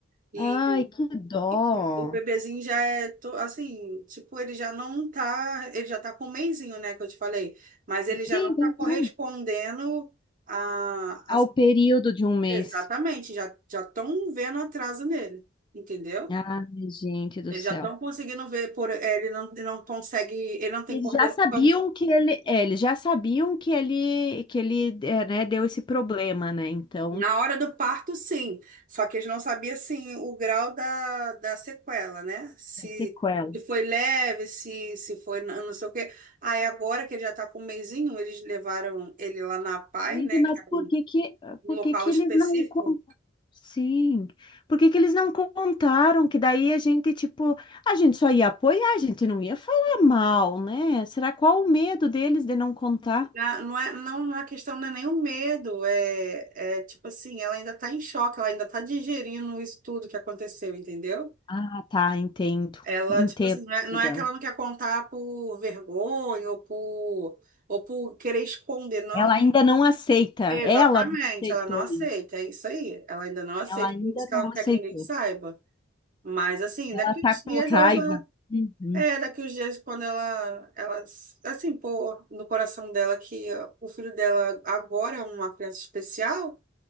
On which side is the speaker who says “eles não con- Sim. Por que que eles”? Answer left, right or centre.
Left